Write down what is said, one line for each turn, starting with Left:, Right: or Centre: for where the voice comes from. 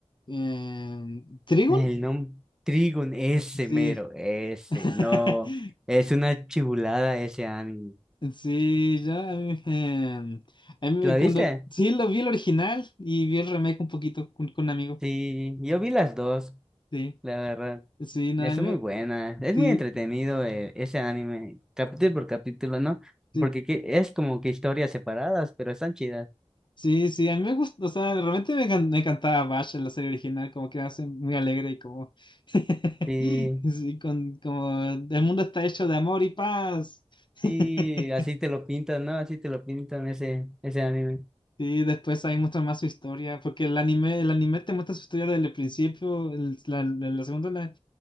Left: eh, ¿Trigon?
Centre: el nombre Trigun, ese
Left: Sí.
Centre: mero, ese,
Left: <laughs>
Centre: no. Es una chibulada ese anime.
Left: Sí, ya. eh, a mí
Centre: ¿Lo viste?
Left: cuando, sí, lo vi el original y vi el remake un poquito con, con un amigo.
Centre: Sí, yo vi las dos,
Left: Sí,
Centre: la verdad.
Left: sí, nada,
Centre: Está
Left: me-
Centre: muy buena, es
Left: sí.
Centre: muy entretenido eh, ese anime, capítulo por capítulo, ¿no?
Left: sí.
Centre: Porque que- es como que historias separadas, pero están chidas.
Left: Sí, sí, a mí me gusta, o sea, realmente me, can- me encantaba Bash en la serie original, como que me hace muy alegre y como, <laughs>
Centre: Sí,
Left: sí, con, como el mundo está hecho de amor y paz. <laughs>
Centre: sí, así te lo pintan, ¿no? Así te lo pintan ese, ese anime.
Left: Sí, después ahí muestra más su historia, porque el anime, el anime te muestra su historia desde el principio, el, la, la- la segunda, la- el